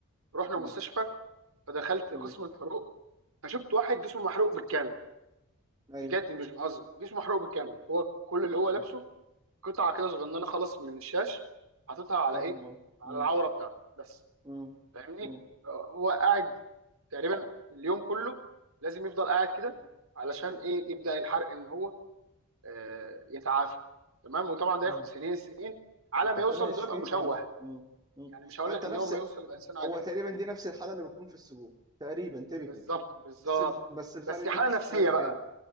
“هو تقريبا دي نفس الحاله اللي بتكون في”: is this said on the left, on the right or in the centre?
Right